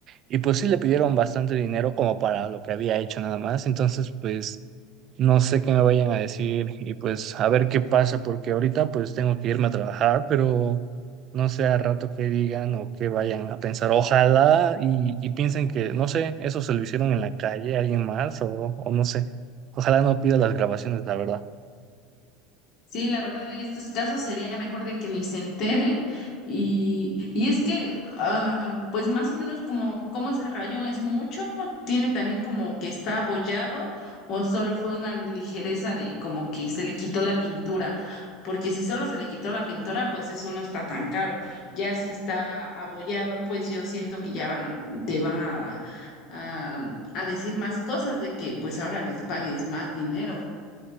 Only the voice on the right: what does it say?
y pues sí le pidieron bastante dinero como para lo que había hecho nada más, entonces pues No sé qué me vayan a decir y pues a ver qué pasa, porque ahorita pues tengo que irme a trabajar, pero no sé a rato qué digan o qué vayan a pensar. Ojalá y, y piensen que, no sé, eso se lo hicieron en la calle, alguien más o, o no sé. Ojalá no pida las grabaciones, la verdad.